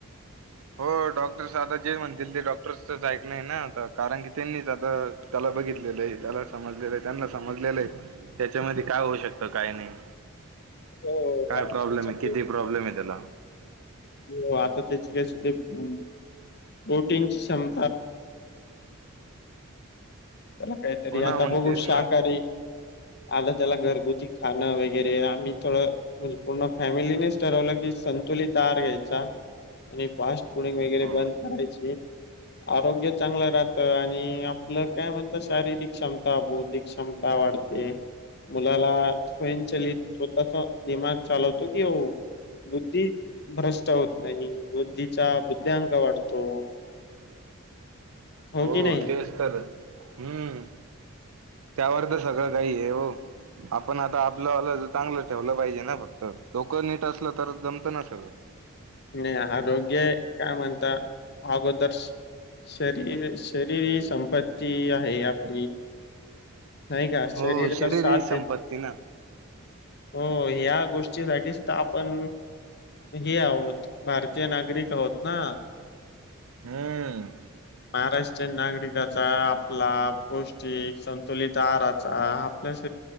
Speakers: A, on the right (about 80°); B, on the left (about 50°).
A: हो डॉक्टरस आता जे म्हणतील ते डॉक्टरच ऐक नाही ना आ कारण की त्यांनीच आता त्याला बघितलेलं आहे त्याला समजलेलं आहे त्यांना समजलेलं आहे त्याच्यामध्ये काय होऊ शकतं काय नाही
B: हो
A: काय
B: डॉक्टरच्या
A: प्रॉब्लेम आहे किती प्रॉब्लेम आहे त्याला?
B: हो हो आता त्याची काय सुद्धे प्रोटीनची क्षम त्याला काहीतरी
A: हो ना
B: आता बघू
A: मग तेच
B: शाकाहारी
A: ना आता
B: आलं त्याला घरगुती खाणं वगैरे आम्ही थोडं म्हणजे पूर्ण फॅमिलीनेच ठरवलं की सन तुलीत घ्यायचा आणि फास्ट फूडिंग वगैरे
A: हो
B: बंद करायची. आरोग्य चांगलं राहतं आणि आपलं काय म्हणतात शारीरिक क्षमता, बौद्धिक क्षमता वाढते. मुलाला स्वयंचलित स्वतःचा दिमाग चालवतो की हो बुद्धी भ्रष् ट होत नाही बुद्धीचा बुद्ध्यांक वाढतो.
A: हो
B: की नाही.
A: तेच तर हम्म. त्यावर तर सगळं काही आहे हो. आपण आता आपलं आलं चांगलं ठेवलं पाहिजे ना फक्त डोकं नीट असलं तर जमत ना सगळं.
B: नाही आरोग्य काय म्हणता अगोदरच शरीर शरीर ही संपत्ती आहे आपली. नाही का शरीर
A: हो
B: दस शाथ
A: ही
B: दे
A: संपत्ती ना
B: हो ह्या गोष्टीसाठीचत आपण हे आहोत भारतीय नागरिक आहोत ना
A: हम्म
B: महाराष् नागरिकाचा आपला पौष्टिक संतुलित आहाराचा आपल्यास